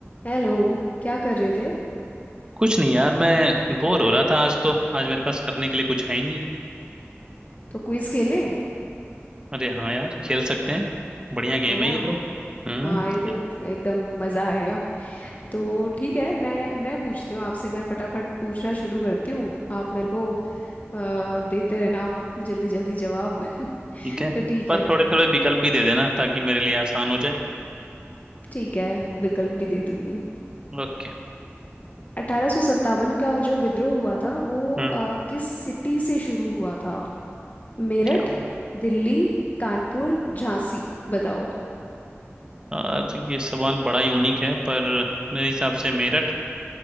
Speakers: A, on the left (about 35°); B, on the right (about 20°).
A: Hello क्या कर रहे थे
B: कुछ नहीं यार मैं बोर हो रहा था आज तो आज मेरे पास करने के लिए कुछ है ही नहीं
A: तो क्विज खेलें
B: अरे हाँ यार खेल सकते हैं बढ़िया गेम
A: है ना
B: है ये तो हम्म
A: हाँ ये तो
B: ठी-
A: एकदम मज़ा आएगा तो ठीक है मैं मैं पूछती हूँ आपसे मैं फटाफट पूछना शुरू करती हूँ आप मेरे को अ, देते रहना जल्दी जल्दी जवाब <laughs>
B: ठीक
A: तो
B: है
A: ठीक
B: पर
A: है
B: थोड़े थोड़े विकल्प भी दे देना ताकि मेरे लिए आसान हो जाए
A: ठीक है विकल्प भी दे दूंगी
B: ओके
A: अठारह सौ सत्तावन का जो विद्रोह हुआ था वो
B: हम्म
A: अ, किस सिटी से शुरू हुआ था मेरठ
B: क्या ब-
A: दिल्ली कानपुर झांसी बताओ
B: यार ये सवाल बड़ा यूनिक है पर मेरे हिसाब से मेरठ